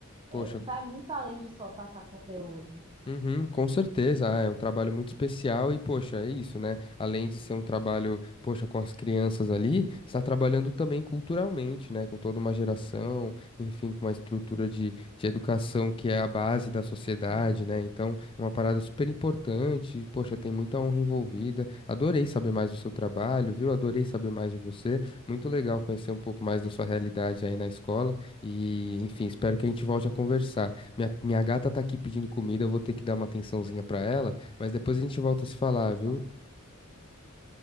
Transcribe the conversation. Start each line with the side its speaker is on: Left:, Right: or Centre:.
Left: Poxa,
Right: É, vai muito além de só passar conteúdo.
Left: Uhum, com certeza, ah, é um trabalho muito especial e, poxa, é isso, né? Além de ser um trabalho, poxa, com as crianças ali, está trabalhando também culturalmente, né? Com toda uma geração, enfim, com uma estrutura de, de educação que é a base da sociedade,
Right: sim.
Left: né? Então, é uma parada super importante, e, poxa, tem muita honra envolvida. Adorei saber mais do seu trabalho, viu? Adorei saber mais de você. Muito legal conhecer um pouco mais da sua realidade aí na escola e, enfim, espero que a gente volte a conversar. Minha, minha gata tá aqui pedindo comida, eu vou ter que dar uma atençãozinha pra ela, mas depois a gente volta a se falar, viu?
Right: Com,